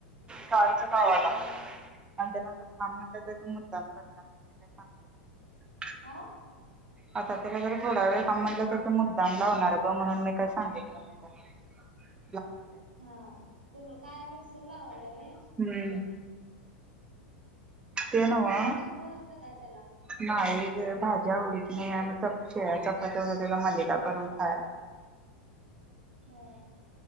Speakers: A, on the right; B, on the right.
A: सारखं लावलं आणि त्याला अस थांब म्हटलं तर त मुद्दाम करणार म्हण मी काय सांग ना
B: आ
A: आता त्याला जर थोडा वेळ का म्हणलं तर ते मुद्दाम लावणार ग म्हणून मी काही सांगितलं नाही त्याला ह
B: हा कण काय मिक्सर लावायाल व्हय?
A: हम्म ते नव्ह
B: जेवण शिकवायलास का काय त्याला
A: नाही
B: हा
A: ग भाजी भाजी आवडीची नाही आहे मग शेळ चपात्या त्याचा मलिदा करून खायला
B: ह